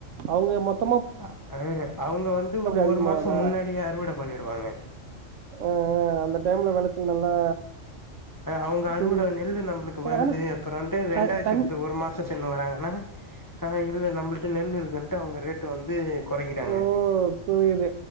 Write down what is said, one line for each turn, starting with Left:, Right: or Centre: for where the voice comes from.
Right: அவங்க மொத்தோ
Left: அ அவங்க வந்து
Right: அதிகமாவதா
Left: ஒரு மாச முன்னாடியே அறுவட பண்ணிடுவாங்க
Right: அ அ அந்த டைம்ல விளைச்சல் நல்லா
Left: அ அவங்க அருவோட
Right: புவி
Left: நெல்லு நம்மளுக்கு வருது
Right: ஆனா
Left: அப்றோன்டு
Right: த
Left: ரெண்டாவது
Right: தண்
Left: ஷிப்ட்டு ஒரு மாசோ சின்ன வராங்கன்னா ஆ இல்ல நம்மளிட்ட நெல் இருக்குன்ட்டு அவங்க ரேட்டு வந்து கொறைக்கிறாங்க
Right: ஓ புரியுது